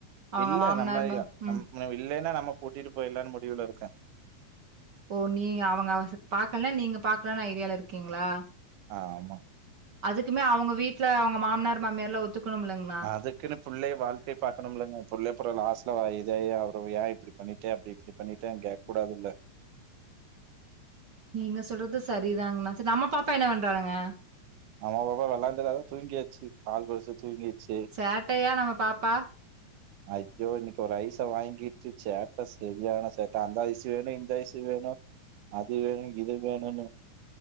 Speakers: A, on the right; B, on the right.
A: அவங்க
B: இல்ல
A: மாமனார்
B: நம்ம
A: மா ம்
B: நம் இல்லன்னா நம்ம கூட்டிட்டு போய்லான்னு முடிவுல இருக்கன்
A: ஓ நீங்க அவுங்க பாக்கலனா நீங்க பாக்லானு ஐடியால இருக்கீங்ளா
B: ஆமா
A: அதுக்குமே அவுங்க வீட்ல அவுங்க மாமனார் மாமியார்லா ஒத்துக்கணுமுலங்க
B: அதுக் க்குன்னு புள்ளை வாழ்க்கை பாக்கணுலங்க புள்ள அப்றோ லாஸ்ட்ல இதாயி அவரு ஏ இப்டி பண்ணிட்டு அப்டி இப்டி பண்ணிட்டேனு கேக் கூடாதுல்ல
A: நீங்க சொல்றது செரிதாங்ணா ச நம்ம பாப்பா என்ன பண்றாளுங்க
B: நம்மா பாப்பா விளாண்டுரதா அதா தூங்கிச்சு பால் குடிச்சு தூங்கிச்சு
A: சேட்டையா நம்ம பாப்பா
B: ஐயோ இன்னிக்கு ஒரு ஐசை வாங்கிட்டு சேட்ட சரியான சேட்டா அந்த ஐசு வேணு இந்த ஐசு வேணு அது வேணு இது வேணுன்னு